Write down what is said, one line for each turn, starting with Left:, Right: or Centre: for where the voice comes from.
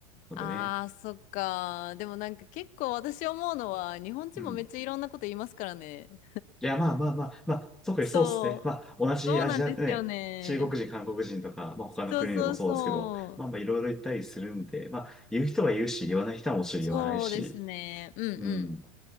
Centre: のでね。
Left: あー、そっか。でもなんか結構私思うのは、日本人もめっちゃいろんなこと言いますからね。
Centre: うん。いや、まあまあまあ、まあ、特にそうですね。
Left: そう。
Centre: まあ、同じアジア、
Left: そうなんですよね。
Centre: ね、中国人、韓国人とか、まあ他の国でもそうですけど、
Left: そうそうそう。
Centre: まあまあいろいろ言ったりするんで、まあ、言う人は言うし、言わない人はもちろん言わないし、
Left: そうですね。うんうん。
Centre: うん、